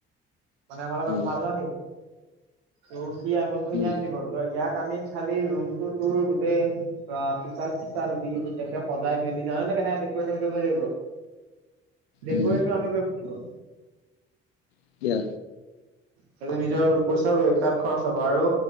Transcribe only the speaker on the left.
উম
উম
উম
এতিয়া